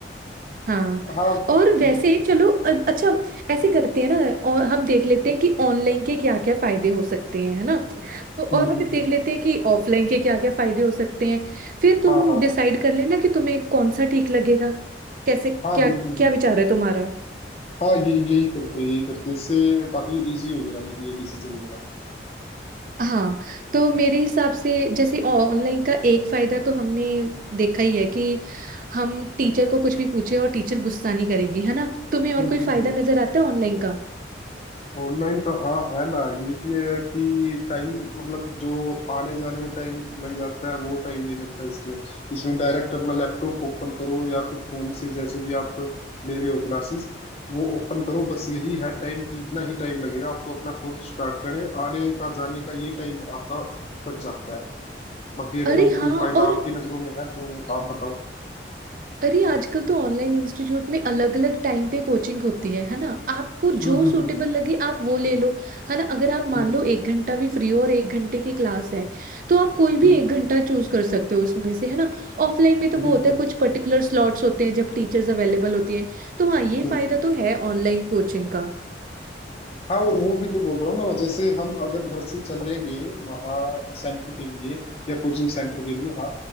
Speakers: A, on the right (about 45°); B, on the left (about 35°).
A: हाँ
B: हम्म। हाँ
A: और वैसे
B: हम्म,
A: ही चलो अ- अच्छा ऐसे करते हैं ना और हम देख लेते हैं कि ऑनलाइन के क्या क्या फायदे हो सकते हैं है ना तो और
B: हम्म,
A: फिर
B: हम्म,
A: देख लेते हैं कि ऑफलाइन के क्या क्या फायदे हो सकते हैं फिर तुम
B: हाँ हाँ
A: डिसाइड कर लेना कि तुम्हें कौन सा ठीक लगेगा कैसे
B: हाँ
A: क्या
B: बिल्कुल
A: क्या
B: बिल्कुल
A: विचार है तुम्हारा
B: हाँ यही यही करते हैं यही करते हैं इससे काफी इजी हो गया मेरे लिए डिसीजन लेना
A: हाँ तो मेरे हिसाब से जैसे ऑनलाइन का एक फायदा तो हमने देखा ही है कि हम टीचर को कुछ भी पूछे और टीचर गुस्सा नहीं करेगी है ना तुम्हें और
B: हम्म
A: कोई
B: हम्म
A: फायदा
B: हम्म
A: नजर आता है ऑनलाइन का
B: ऑनलाइन का हाँ है ना ये भी है कि टाइम मतलब जो आने जाने में टाइम लग जाता है वो टाइम नहीं लगता इसमें इसमें डायरेक्ट अपना लैपटॉप ओपन करो या फिर फोन से जैसे भी आप ले रहे हो क्लासेस वो ओपन करो बस यही है टाइम कि इतना ही टाइम लगेगा आपको अपना कोर्स स्टार्ट करने आने का जाने का ये टाइम आपका बच जाता है बाकी अगर
A: अरे
B: और
A: हाँ
B: कोई फायदा
A: और
B: आपकी नजरों में है तो आप बताओ
A: अरे आजकल तो ऑनलाइन इंस्टीट्यूट में अलग अलग टाइम पे कोचिंग होती है है ना आपको
B: हम्म
A: जो
B: हम्म
A: सूटेबल
B: हम्म
A: लगे आप वो ले लो है ना अगर आप
B: हम्म,
A: मान लो एक घंटा भी फ्री हो और एक घंटे की क्लास है तो आप कोई
B: हम्म।
A: भी एक घंटा चूज कर सकते हो उसमें से है ना ऑफलाइन में तो वो
B: बिल्कुल
A: होता है कुछ पर्टिकुलर स्लॉट्स होते हैं जब टीचर्स अवेलेबल होती हैं तो हाँ ये
B: हम्म
A: फायदा तो है ऑनलाइन कोचिंग का
B: हाँ और वो भी तो बोल रहा हूँ ना जैसे हम अगर घर से चलेंगे वहाँ सेंटर के लिए या कोचिंग सेंटर के लिए हाँ